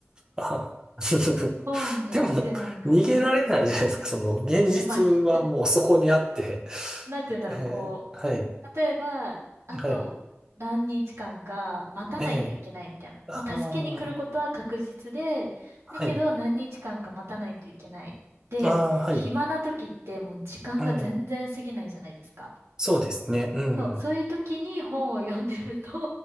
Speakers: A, on the right; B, on the right.
A: あ <laughs>
B: 本が一番かな。
A: でも、逃げられないじゃないですか。その、現実はもうそこにあって。
B: え、まあ、なんて言うんだろう、
A: ええはい。
B: こう、例えば、あと何日間か待たないといけないみたいな。
A: はい。ええああ、
B: もう助けに来ることは確実で、
A: はい。
B: だけど何日間か待たないといけない。で、
A: ああ、はい。
B: 暇な時ってもう時間が全然過ぎないじゃないですか。
A: ええそうですね。うん。
B: そう、そういう時に本を読んでると <laughs>